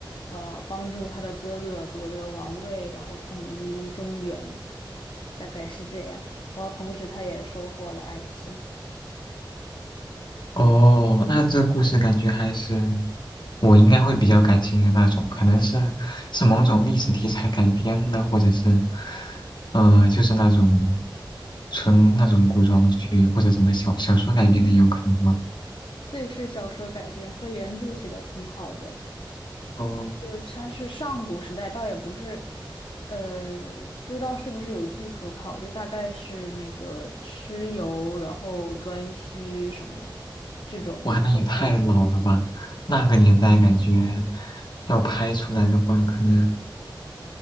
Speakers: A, on the left; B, on the left.
A: 呃帮助他的哥哥夺得王位，然后统一中原，大概是这样。然后同时他也收获了爱情。
B: 哦，那这故事感觉还是我应该会比较感兴趣的那种，可能是是某种历史题材改编的，或者是，呃，就是那种纯那种古装剧或者什么小小说改编的也有可能吧。
A: 对，是小说改编，他原著写的挺好的。
B: 哦，
A: 就个它是上古时代，倒也不是，呃，不知道是不是有据可考，就大概是那个蚩尤，然后颛顼什么这种人
B: 哇，那也太老了吧！那个年代感觉要拍出来的话，可能